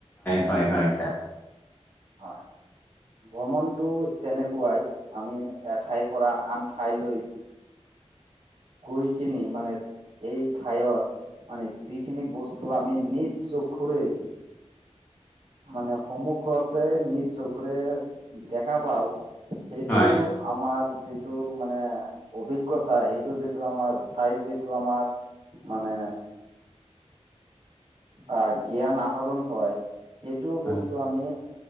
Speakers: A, on the left (about 15°); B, on the right (about 50°).
A: হয় হয় ছাৰ
B: হয়। ভ্ৰমণটো তেনেকুৱাই আমি এঠাইৰপৰা আন ঠাইলৈ গৈ কিনি মানে সেই ঠাইৰ মানে যিখিনি বস্তু আমি নিজ চকুৰে মানে সন্মুখত তে নিজ চকৰে দেখা পাওঁ সেইটোটো
A: হয়
B: আমাৰ যিটো মানে অভিজ্ঞতা, সেইটো যিটো আমাৰ চাই যিটো আমাৰ মানে আ, জ্ঞান আহৰণ হয়। এইটো
A: হয়
B: বস্তু আমি